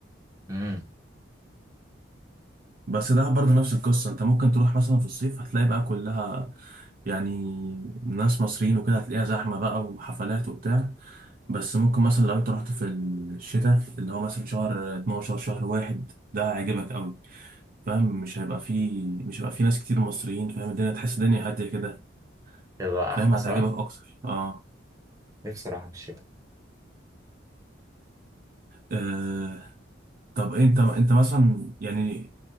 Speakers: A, on the right; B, on the right.
A: امم
B: بس دهب برضه نفس القصه انت ممكن تروح مثلا في الصيف هتلاقي بقى كلها يعني ناس مصريين وكده هتلاقيها زحمه بقى وحفلات وبتاع بس ممكن مثلا لو انت رحت في الشتاء اللي هو مثلا شهر 12 شهر واحد ده هيعجبك قوي فاهم مش هيبقى فيه مش هيبقى فيه ناس كتير مصريين فاهم الدنيا تحس الدنيا هادية كده
A: تبقى
B: فاهم
A: احلى
B: هتعجبك
A: صح؟
B: أكتر اه,
A: نفسي اروح في الشتاء
B: آه. طب أنت أنت مثلا يعني